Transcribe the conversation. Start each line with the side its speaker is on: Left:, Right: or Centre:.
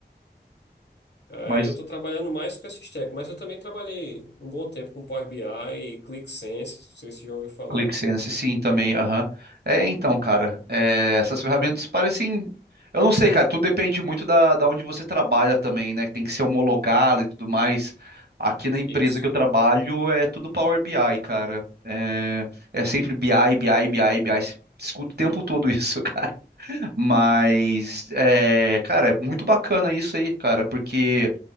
Left: Aí
Right: Mas
Left: eu tô trabalhando mais com esse stack, mas eu também trabalhei um bom tempo com Power BI e ClickSense, não sei se já ouviu falar.
Right: ClickSense, sim, também, aham. É, então, cara, é, essas ferramentas parecem. Eu não sei, cara, tudo depende muito da, da onde você trabalha também, né? Tem que ser homologado e tudo mais. Aqui na empresa
Left: Isso.
Right: que eu trabalho é tudo Power BI, cara. É, é sempre BI, BI, BI, BI. Escuto o tempo todo isso, <laughs> cara. Mas, é, cara, é muito bacana isso aí, cara, porque